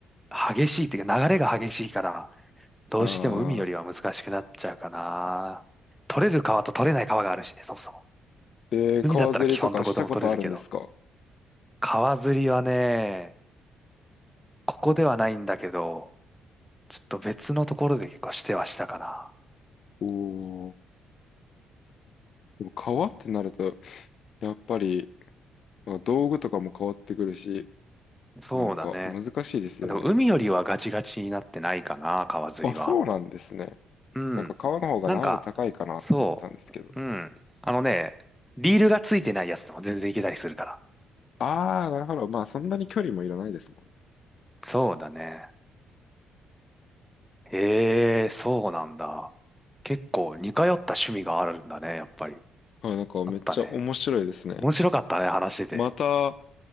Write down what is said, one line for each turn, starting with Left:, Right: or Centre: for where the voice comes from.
Centre: 激しいっていうか流れが激しいから、どうしても海よりは難しくなっちゃうかな。
Left: ああ、
Centre: 取れる川と取れない川があるしね、そもそも。
Left: えー、
Centre: 海だったら基本どこでも取れるけど。
Left: 川釣りとかしたことあるんですか
Centre: 川釣りはね、ここではないんだけど、ちょっと別のところで結構してはしたかな。
Left: おおー、でも川ってなると、やっぱり、道具とかも変わってくるし、
Centre: そうだね。
Left: なんか難しいですよね。
Centre: でも海よりはガチガチになってないかな、川釣りは。
Left: あ、そうなんですね。
Centre: うん。
Left: なんか川の方が難易度高いかなと思ったんですけど。
Centre: なんか、そう。うん。あのね、リールがついてないやつでも全然いけたりするから。
Left: ああ、なるほど。まあ、そんなに距離もいらないですもんね。
Centre: そうだね。へえ、そうなんだ。結構似通った趣味があるんだね、やっぱり。
Left: はい、なんかめっちゃ面白いですね。
Centre: あったね。面白かったね、話してて。
Left: また、